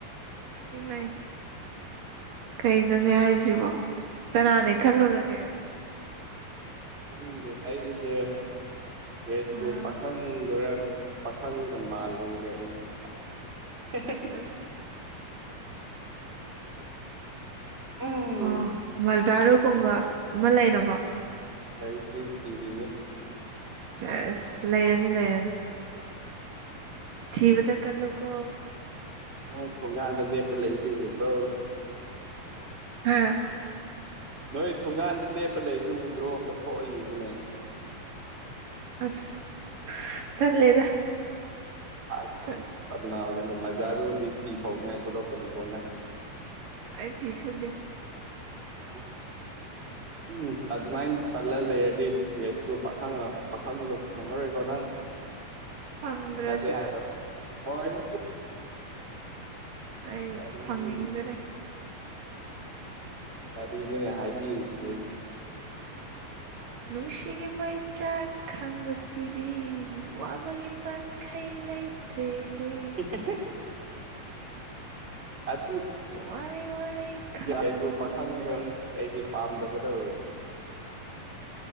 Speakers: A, on the right; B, on the right.
A: ꯏꯃꯩ ꯀꯩꯅꯣꯅꯦ ꯍꯥꯏꯁꯤꯕꯣ ꯀꯅꯥꯅꯦ ꯈꯜꯂꯨꯔꯒꯦ
B: ꯈꯪꯗꯦ ꯑꯩꯁꯦ ꯌꯥꯏꯁꯀꯨꯜ
A: ꯑꯥ
B: ꯄꯥꯈꯪꯗꯨꯔ ꯄꯥꯈꯪꯒ ꯃꯥꯜꯂꯨꯨꯔꯦ ꯑꯩꯁꯦ <unintelligible>
A: ꯑꯁ ꯑꯁ
B: ꯎꯝ
A: ꯑꯣ ꯃꯖꯥꯔꯨꯒꯨꯝꯕ ꯑꯃ ꯂꯩꯔꯕ
B: ꯏꯇꯔꯤ ꯁꯤꯔꯤꯅꯦ
A: ꯑꯁ ꯂꯩꯔꯅꯤ ꯂꯩꯔꯅꯤ ꯊꯤꯕꯗ ꯀꯜꯂꯨꯀꯣ
B: ꯅꯣꯏ ꯊꯣꯡꯒꯥꯥꯟꯗ ꯂꯦꯞꯄ ꯂꯩꯁꯤꯕꯨꯊꯣ
A: ꯍꯥꯥ
B: ꯅꯣꯏ ꯊꯣꯡꯒꯥꯟꯗ ꯂꯦꯞꯄ ꯂꯩꯁꯤ ꯎꯗ꯭ꯔꯣ ꯑꯝꯗ ꯊꯣꯛꯑꯏ ꯌꯦꯕꯅꯦ
A: ꯑꯁ ꯇꯜꯂꯦꯗ
B: ꯑ
A: ꯇꯜ
B: ꯆꯠꯅꯥꯔ ꯃꯖꯥꯔꯣꯗꯤ ꯊꯤ ꯍꯅꯤꯂꯣꯄꯅꯤ ꯀꯣꯟ
A: ꯑꯩ ꯄꯤ ꯁꯨꯗꯦ
B: <inaudible> ꯎꯝ ꯑꯗꯨꯃꯥꯏꯅ ꯇꯜꯂ ꯂꯩꯔꯗꯤ ꯒꯦꯁꯁꯨ ꯄꯥꯈꯪ ꯄꯥꯈꯪꯗꯣ ꯐꯪꯉꯔꯣꯏꯀꯣ ꯅꯪ <inaudible>
A: ꯐꯪꯗ꯭ꯔꯦ
B: <inaudible>
A: ꯑꯩ
B: ꯀꯔꯤꯅꯣꯅꯦ
A: ꯐꯪꯅꯤꯡꯗ꯭ꯔꯦ
B: ꯀꯔꯤꯅꯣꯅꯦ ꯍꯥꯏꯕꯤꯔꯤꯗꯨꯕꯣ
A: ꯅꯨꯡꯁꯤꯒꯤ ꯃꯩꯆꯥꯛ ꯈꯪꯕꯁꯤꯗꯤ ꯋꯥꯕꯒꯤ ꯄꯟꯈꯩ ꯂꯩꯇ꯭ꯔꯦꯍꯦ
B: ꯆꯁ ꯑꯗꯨ ꯑꯗꯨ
A: ꯋꯥꯔꯦ ꯋꯥꯔꯦ ꯈꯥꯡꯕ
B: ꯌꯥꯏꯁꯨ
A: ꯉꯝꯗ꯭ꯔꯦ
B: ꯄꯥꯊꯪꯗ ꯑꯩꯩꯒꯤ ꯄꯥꯝꯗꯕꯗ